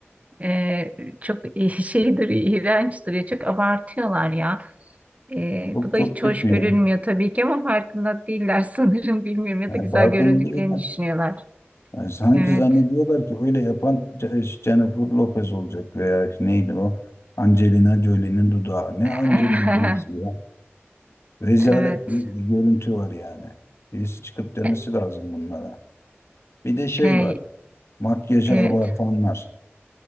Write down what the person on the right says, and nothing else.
Ee, çok <laughs> şeydir, iğrençtir, ya, çok abartıyorlar ya. Ee,
bu da
hiç
hoş görünmüyor
tabii ki ama farkında değiller <laughs> sanırım bilmiyorum ya
da güzel
göründüklerini
düşünüyorlar.
Evet.
<laughs>
Evet.
E,
Hey,
evet.